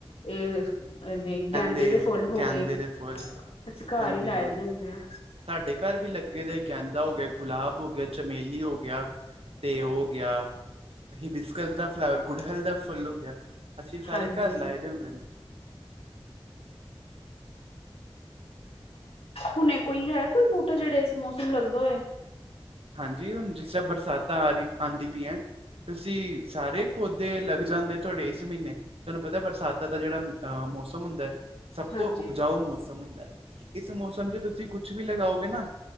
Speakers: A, on the left (about 85°); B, on the right (about 80°).
A: ਅ ਦੇ।
B: ਦੇ
A: ਫੁੱਲ ਹੋ
B: ਗੈਂਦੇ
A: ਗਏ
B: ਦੇ ਫੁੱਲ
A: ਅਸੀਂ ਘਰ
B: ਹਾਂਜੀ
A: ਹੀ ਲਾਏ
B: ਹਾਂਜੀ।
A: ਦੇ ਹੁੰਦੇ ਆ
B: ਸਾਡੇ ਘਰ ਵੀ ਲੱਗੇ ਦੇ ਗੈਂਦਾ ਹੋ ਗਿਆ ਗੁਲਾਬ ਭ ਹੋ ਗਿਆ ਚਮੇਲੀ ਹੋ ਗਿਆ ਤੇ ਹੋ ਗਿਆ। ਅਸੀਂ ਬਿਸਕਸ ਦਾ ਫਲਾਵਰ ਗੁੜਹਿਲ ਦਾ ਫੁੱਲ ਹੋ ਗਿਆ ਅਸੀਂ ਸਾਰੇ
A: ਹਾਂਜੀ
B: ਘਰ ਲਾਏ ਦੇ ਹੁੰਦੇ ਨੇ
A: ਹੁਣੇ ਕੋਈ ਹੈ ਕੋਈ ਬੂਟਾ ਜਿਹੜਾ ਇਸ ਮੌਸਮ ਲੱਗਦਾ ਹੋਏ।
B: ਹਾਂਜੀ ਹੁਣ ਜਿਸ ਤਰ੍ਹਾਂ ਬਰਸਾਤਾਂ ਆ ਰਹੀ ਆਉਂਦੀ ਪਈਆਂ। ਤੁਸੀਂ ਸਾਰੇ ਪੌਦੇ ਲੱਗ ਜਾਂਦੇ ਤੁਹਾਡੇ ਇਸ ਮਹੀਨੇ। ਤੁਹਾਨੂੰ ਪਤਾ ਬਰਸਾਤਾਂ ਦਾ ਜਿਹੜਾ ਅਹ ਮੌਸਮ ਹੁੰਦਾ ਹੈ। ਸਭ
A: ਹਾਂਜੀ
B: ਤੋਂ ਉਪਜਾਊ ਮੌਸਮ ਹੁੰਦਾ ਹੈ ਇਸ ਮੌਸਮ ਚ ਤੁਸੀਂ ਕੁਛ ਵੀ ਲਗਾਓਗੇ ਨਾ।